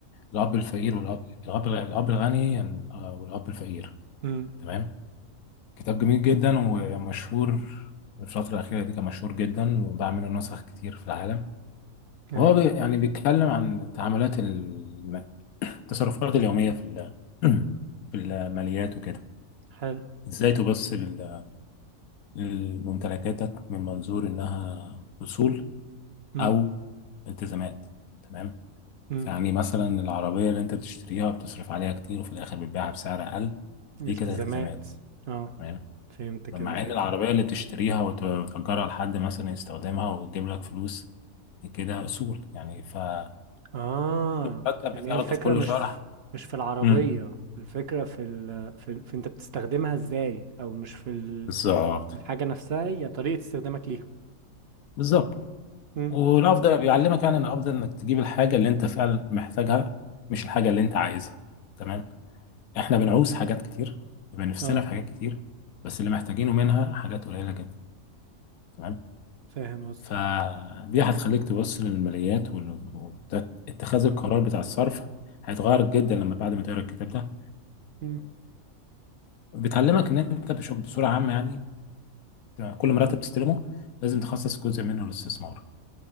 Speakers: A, on the left (about 85°); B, on the right (about 55°).
A: الاب الفقير والاب الاب الاب الغني يعني- آه، والاب الفقير
B: امم
A: تمام كتاب جميل جدا ومشهور الفترة الأخيرة دي كان مشهور جدا وباع منه نسخ كتير في العالم
B: ايوه
A: وهو بي يعني بيتكلم عن تعاملات الم- التصرفات اليومية في ال- <clears throat> في الماليات وكده
B: حلو
A: ازاي تبص لل- لممتلكاتك من منظور انها اصول
B: مم.
A: او التزامات تمام
B: مم.
A: يعني مثلا العربية اللي انت بتشتريها بتصرف عليها كتير وفي الآخر بتبيعها بسعر أقل
B: التزامات
A: دي كده التزامات
B: اه
A: تمام
B: فهمت كده
A: مع
B: الفكرة
A: إن العربية اللي بتشتريها وت- وتأجرها لحد مثلا يستخدمها وتجيب لك فلوس دي كده أصول يعني فكل
B: اه
A: مرتب
B: يعني
A: بتاخده
B: هي الفكرة
A: في كل
B: مش
A: شهر
B: في مش في العربية
A: امم
B: الفكرة في ال... في, ال... في انت بتستخدمها ازاي او مش في ال...
A: بالظبط
B: الحاجة نفسها هي طريقة استخدامك ليها
A: بالظبط
B: مم.
A: والأفضل بيعلمك يعني إن الأفضل إنك تجيب الحاجة اللي أنت فعلا محتاجها مش الحاجة اللي أنت عايزها تمام إحنا بنعوز حاجات كتير بيبقى نفسنا
B: اه
A: في حاجات كتير بس اللي محتاجينه منها حاجات قليلة جدا تمام
B: فاهم قصدك
A: فدي هتخليك تبص للماليات واتخاذ القرار بتاع الصرف هيتغير جدا لما بعد ما تقرا الكتاب ده
B: مم.
A: وبتعلمك ان انت بش- بصوره عامه يعني كل مرتب تستلمه لازم تخصص جزء منه للاستثمار